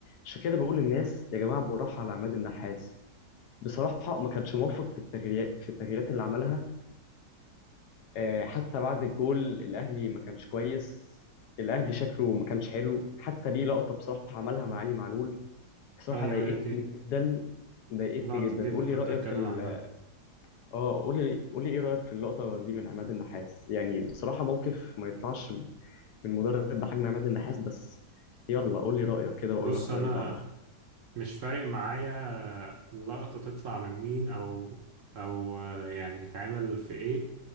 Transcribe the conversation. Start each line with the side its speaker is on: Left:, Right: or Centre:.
Left: عشان كده بقول للناس يا جماعه بالراحه على عماد النحاس بصراحه ما كانش موفق في التغييرات في التغييرات اللي عملها آه، حتى بعد الجول الاهلي ما كانش كويس الاهلي شكله ما كانش حلو حتى ليه لقطه بصراحه عملها مع علي معلول بصراحة
Right: ايوه
Left: ضايقتني
Right: هي دي
Left: جدا ضايقتني
Right: اللقطة
Left: جدا
Right: دي اللي
Left: قول
Right: كنت
Left: لي رأيك
Right: اتكلم
Left: في ال
Right: عنها
Left: اه قول لي قول لي ايه رأيك في اللقطة دي من عماد النحاس يعني بصراحة موقف ما يطلعش من مدرب بحجم عماد النحاس بس يلا قول لي رأيك كده واقول
Right: بص
Left: لك
Right: انا
Left: رأيي بعدها
Right: مش فارق معايا اللقطة تطلع من مين أو أو آه، يعني تتعمل في إيه